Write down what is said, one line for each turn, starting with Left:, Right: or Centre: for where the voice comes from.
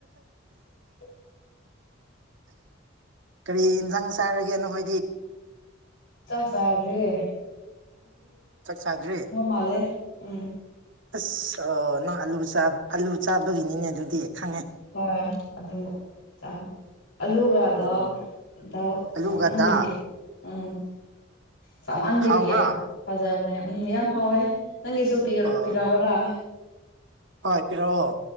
Left: ꯑꯦ <inaudible>
Right: ꯀꯔꯤ ꯌꯦꯟꯖꯥꯡ ꯆꯥꯔꯒꯦ ꯅꯈꯣꯏꯗꯤ
Left: ꯆꯥꯛ ꯁꯥꯗ꯭ꯔꯤ
Right: ꯆꯥꯛ ꯆꯥꯗ꯭ꯔꯤ
Left: ꯃꯥꯜꯂꯦ ꯎꯝ
Right: ꯑꯁ ꯅꯪ ꯑꯂꯨ ꯆꯥꯕ ꯑꯂꯨ ꯆꯥꯕꯒꯤꯅꯤꯅꯦ ꯑꯗꯨꯗꯤ ꯈꯪꯉꯦ
Left: ꯍꯣꯏ ꯑꯗꯨ ꯆꯥ ꯑꯂꯨꯒꯗ
Right: ꯎꯝ
Left: ꯏꯗ
Right: ꯑꯂꯨꯒ
Left: ꯆꯃꯟꯒꯤ
Right: ꯗꯥꯜ
Left: ꯎꯝ ꯆꯞꯃꯟꯗꯒꯤ
Right: ꯍꯥꯎꯕ꯭ꯔꯥ
Left: ꯐꯖꯕꯅꯦ ꯎꯝ ꯌꯥꯝ ꯍꯥꯎꯋꯦ ꯅꯪꯒꯤꯁꯨ
Right: ꯑꯣ
Left: ꯄꯤꯔꯛꯑꯣꯔꯥ ꯍ
Right: ꯍꯣꯏ ꯄꯤꯔꯛꯑꯣ